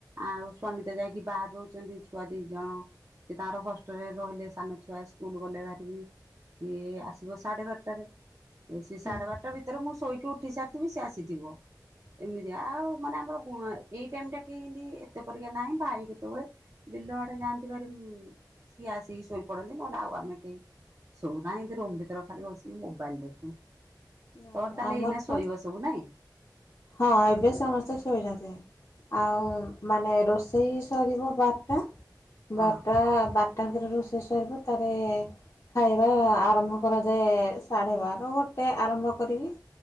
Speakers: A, on the right; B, on the left.
A: ଆଉ ସ୍ୱାମୀ ତ ଯାଇକି ବାହାରେ ରହୁଛନ୍ତି। ଛୁଆ ଦି ଜଣ ସେ ତାଙ୍କର ହଷ୍ଟେଲରେ ରହିଲେ ସାନ ଛୁଆ ସ୍କୁଲ ଗଲେ ବାହାରିକି। ସିଏ ଆସିବ ସାଢେ ବାରଟାରେ ସିଏ
B: ହୁଁ
A: ସାଢେ ବାରଟା ଭିତ ତରେ ମୁଁ ଶୋଇକି ଉଠି ସାରିଥିବି ସେ ଆସିଥିବ। ଏମିତି ଆଉ ମାନେ ଆମର ଗୁଆଁଏ ଏଇ ଟାଇମ ଟା କିମିତି ଏତେ ପରିକା ନାହିଁ ଭାଇ କେତ ବେଳେ ବିଲ ଆଡେ ଯାଆନ୍ତି ଭାରି ସିଏ ଆସିକି ଶୋଇପଡନ୍ତି ନହେଲେ ଆଉ ଆମେ କେହି ସୋଉନାଏ ଏମିତି ରୁମ ଭିତରେ ଖାଲି ବସିକି ମୋବାଇଲ ଦେଖୁଁ।
B: ହୁଁ।
A: ତୋର ତାହେଲେ
B: ଆମର
A: ଏଇନା
B: ତ
A: ଶୋଇବ ସବୁ ନାଇଁ।
B: ହଁ ଏବେ ସମସ୍ତେ ଶୋଇଛନ୍ତି ଆଉ ମାନେ ରୋଷ ସେଇ ସରିବ ବାରଟା ବାରଟା
A: ହଁ
B: ବାର ତାପରେ ରୋଷେଇ ସରିବ ତାରେ ଖାଇବା ଆରମ୍ଭ କରାଯାଏ ଶାଢେବାର ଗୋଟେ ଆରମ୍ଭ କରିବି।